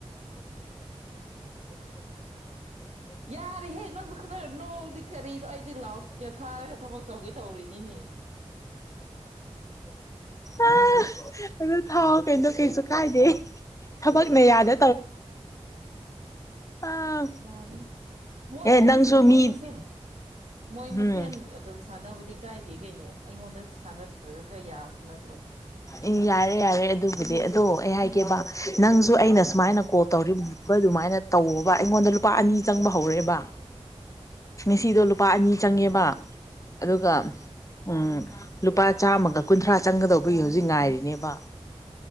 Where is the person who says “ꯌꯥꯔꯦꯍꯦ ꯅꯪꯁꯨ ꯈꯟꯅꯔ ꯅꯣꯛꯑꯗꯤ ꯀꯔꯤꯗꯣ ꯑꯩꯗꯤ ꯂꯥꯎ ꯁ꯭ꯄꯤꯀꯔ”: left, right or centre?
Right